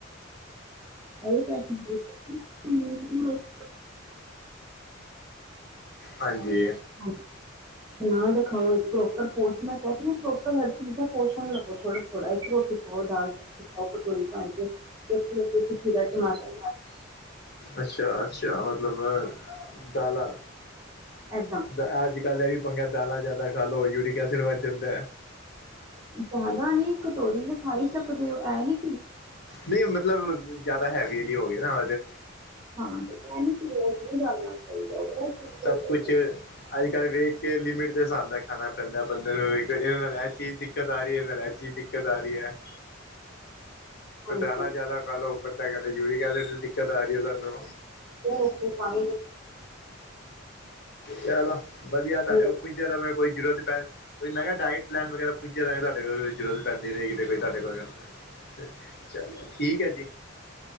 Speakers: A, on the right; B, on the left.
A: ਅ ਕ <inaudible> ਹਮ
B: ਹਾਂਜੀ
A: ਸਲਾਦ ਖਾਓ ਇੱਕ ਪ੍ਰੋਪਰ ਪੋਸਟ ਮੈਂ ਕਹਿ ਰ ਹ ਪ੍ਰੋਪਰ ਹਰ ਚੀਜ਼ ਦਾ। ਪੋਸ਼ਣ ਲਵੋ ਥੋੜਾ ਥੋੜਾ ਇਕ ਰੋਟੀ ਪਾਓ ਦਾਲ ਚ। ਉਹ ਕਟੋਰੀ ਪਾ ਕੇ ਤੇ ਹੁਣ ਤੁਸੀਂ ਖੀਰਾ ਟਮਾਟਰ ਪਾ ਕੇ।
B: ਅੱਛਾ ਅੱਛਾ ਮਤਲਬ ਚਾਹ ਨਾਲ।
A: ਇੱਦਾਂ
B: ਤਾਂ ਅੱਜ ਕੱਲ੍ਹ ਇਹ ਵੀ ਪੰਗਾ ਦਾਲਾਂ ਜ਼ਿਆਦਾ ਖਾ ਲਓ ਯੂਰਿਕ ਐਸਿਡ ਵੱਧ ਜਾਂਦਾ।
A: ਜਿਆਦਾ ਨੀ ਕਟੋਰੀ ਤਾਂ ਖਾ ਈ ਸਕਦੇ ਹੋ ਇਹ ਨੀ।
B: ਨਹੀਂ ਮਤਲਬ ਜ਼ਿਆਦਾ ਹੈਵੀ ਨਹੀ ਹੋ ਗਏ ਨਾ।
A: ਹਾਂ ਨਹੀਂ ਕਰਨਾ ਚਾਹੀਦਾ ਉਹ। ਕਰਕੇ
B: ਸਭ ਕੁਛ ਅੱਜ ਕੱਲ੍ਹ ਵੇਖ ਕੇ ਲਿਮਿਟ ਦੇ ਹਿਸਾਬ ਨਾਲ ਖਾਣਾ ਪੈਂਦਾ ਬੰਦੇ ਨੂੰ ਇਹਦੇ ਨਾਲ ਇਹ ਚੀਜ਼ ਦਿੱਕਤ ਆ ਰਹੀ ਹੈ। ਇਹਦੇ ਨਾਲ ਇਹ ਜੀ ਦਿੱਕਤ ਆ ਰਹੀ ਹੈ।
A: ਹਾਂਜੀ
B: ਦਾਲਾਂ ਜਿਆਦਾ ਖਾ ਲੋ ਬੰਦਾ ਕਹਿੰਦਾ ਯਰਿਕ ਐਸਿਡ ਦੀ ਦਿੱਕਤ ਆ ਰਹੀ ਹੈ ਸਾਨੂੰ।
A: ਰੋਟੀ ਨਹੀਂ ਸੀ ਖਾਣੀ।
B: ਚਲੋ ਵਧੀਆ ਤੁਹਾਡੇ
A: ਦੇ
B: ਕੋਲ ਪੁੱਛਿਆ ਤਾਂ ਮ ਕੋਈ ਜ਼ਰੂਰਤ ਪੈ। ਕੋਈ ਮੈਂ ਕਿਹਾ ਡਾਇਟ ਪਲੈਨ ਵਗੈਰਾ ਪੁੱਛਿਆ ਤੁਹਾਡੇ ਕੋਲੋਂ ਕੋਈ ਜ਼ਰੂਰਤ ਪੈਂਦੀ ਰਹੇਗੀ ਤੇ ਕੋਈਹਾਡੇ ਕੋਲ ਗਲ ਚਲੋ ਠੀਕ ਹੈ ਜੀ,